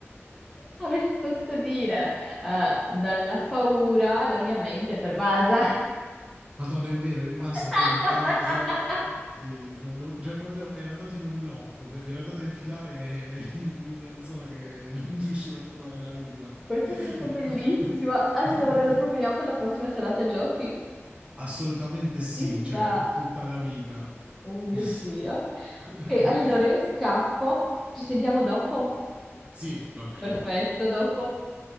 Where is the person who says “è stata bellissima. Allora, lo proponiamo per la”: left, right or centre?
Centre